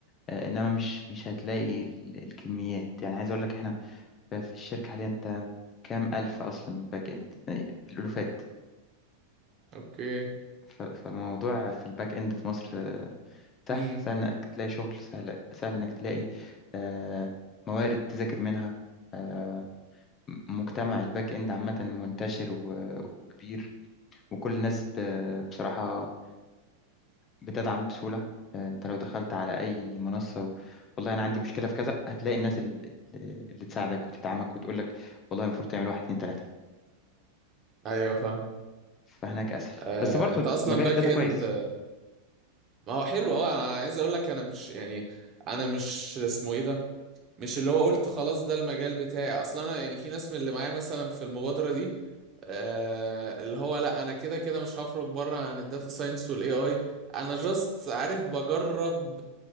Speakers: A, on the left; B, on the right.
A: آه، إنما مش مش هتلاقي ال- الكميات يعني عايز أقول لك في الشركة حاليا أنت كام ألف أصلا باك إند يعني الألوفات
B: اوكي
A: ف- فالموضوع في الباك إند في مصر آه، سهل
B: امم
A: سهل إنك تلاقي شغل سهل سهل إنك تلاقي آه، موارد تذاكر منها آه، م- مجتمع الباك إند عامة منتشر و- وكبير وكل الناس ب- بصراحة بتدعم بسهولة آه، أنت لو دخلت على أي منصة و- والله أنا عندي مشكلة في كذا هتلاقي الناس ال- ال- اللي تساعدك وتدعمك وتقولك والله المفروض تعمل واحد اتنين تلاتة
B: ايوه فاهم
A: فهناك اسهل
B: آه،
A: بس برضو
B: انت اصلا
A: مجال
B: باك
A: الداتا
B: اند
A: كويس
B: ما هو حلو اه انا عايز اقول لك انا مش يعني انا مش اسمه ايه ده مش اللي هو قلت خلاص ده المجال بتاعي اصلا انا يعني في ناس من اللي معايا مثلا في المبادره دي آه اللي هو لا انا كده كده مش هخرج بره عن الداتا ساينس والاي اي انا جاست عارف بجرب